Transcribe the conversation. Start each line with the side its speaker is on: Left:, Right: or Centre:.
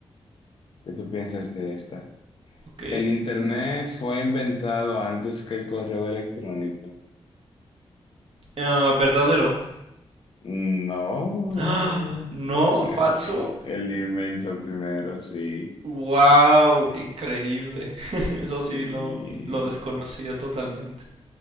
Left: qué tú piensas de esta.
Right: Ok.
Left: El internet fue inventado antes que el correo electrónico.
Right: Ah, verdadero.
Left: No.
Right: ¡Ah! No,
Left: <laughs>
Right: falso.
Left: El email fue primero, sí.
Right: Wow, increíble. <laughs> Eso sí,
Left: Sí.
Right: lo, lo desconocía totalmente.